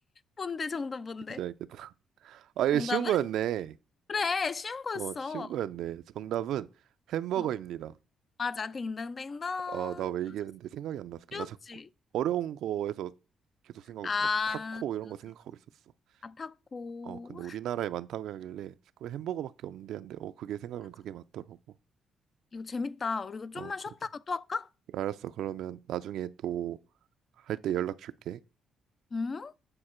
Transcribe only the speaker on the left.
뭔데, 정답 뭔데?
정답은?
그래, 쉬운 거였어.
어, 맞아. 딩동댕동. 맞아.
쉬웠지.
아,
맞아.
아타코.
맞아.
이거 재밌다. 우리 이거 좀만
쉬었다가 또 할까?
응?